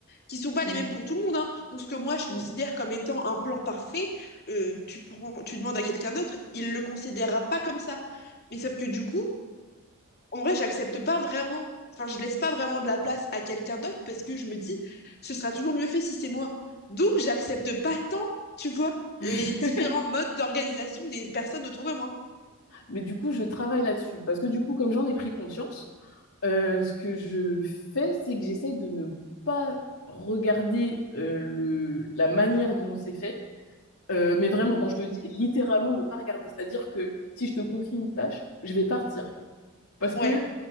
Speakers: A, on the left (about 50°); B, on the left (about 70°).
A: qui sont pas les
B: Oui,
A: mêmes pour tout le monde, hein. donc ce que moi je considère
B: oui.
A: comme étant un plan parfait, euh, tu prends, tu demandes à quelqu'un d'autre, il le considérera pas comme ça. Mais sauf que du coup, en vrai, j'accepte pas vraiment, enfin, je laisse pas vraiment de la place à quelqu'un d'autre parce que je me dis, ce sera toujours mieux fait si c'est moi. Donc, j'accepte pas tant, tu vois,
B: <laughs>
A: les différents modes d'organisation des personnes autour de moi.
B: Mais du coup, je travaille là-dessus parce que du coup, comme j'en ai pris conscience, euh, ce que je fais, c'est que j'essaye de ne pas regarder euh, le, la manière dont c'est fait, euh, mais vraiment, quand je te dis littéralement ne pas regarder, c'est-à-dire que si je te confie une tâche, je vais partir. Parce
A: Ouais,
B: que